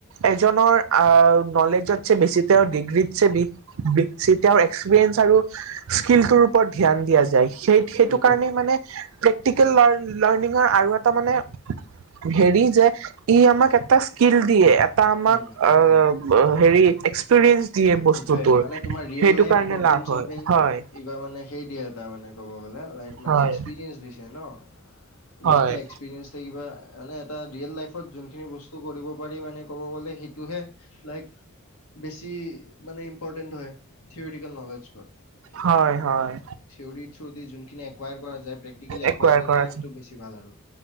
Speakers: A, on the right; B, on the left.
A: এজনৰ আহ নলেজত বেছিতে তেওঁৰ ডিগ্ৰীত চেদি <unintelligible> তেওঁৰ এক্সপিৰিয়েঞ্চ আৰু স্কিলটোৰ ওপৰত ধ্যান দিয়া যায় সেই সেইটো
B: সেইটোয়ে
A: কাৰণেই মানে প্ৰেক্টিকেল লাৰ লাৰ্ণিঙৰ আৰু এটা মানে হেৰি যে ই আমাক এটা স্কিল দিয়ে এটা আমাক
B: উম
A: আ ব হেৰি এক্সপিৰিয়েঞ্চ দিয়ে বস্তুটোৰ
B: সেইটোৱে মানে তোমাৰ ৰিয়েল
A: সেইটো
B: লাইফ
A: কাৰণে
B: প্ৰব্লেম
A: লাভ
B: চলভিং
A: হয় হয়
B: কি কয় মানে সেই দিয়ে এটা মানে ক'ব গলে লাইক
A: হয়
B: মানে এক্সপিৰিয়েঞ্চ দিছে ন তুমি
A: হয়
B: যেতিয়া এক্সপিৰিয়েঞ্চ থাকিবা মানে এটা ৰিয়েল লাইফ- ফত যোনখিনি বস্তু কৰিব পাৰি মানে ক'ব গ'লে সেইটোহে লাইক বেছি মানে ইম্পৰ্টেণ্ট হয় থিঅৰিটিকেল নলেজকত কি
A: হয়
B: মানে
A: হয়
B: থিয়ৰী থ্ৰ দি যোনখিন একোৱাইৰ কৰা যাই প্ৰেক্টিকেলি এক-
A: একুৱাৰ
B: কোৱাই কৰিলে
A: কৰা
B: সেইটো বেছি ভাল আৰু।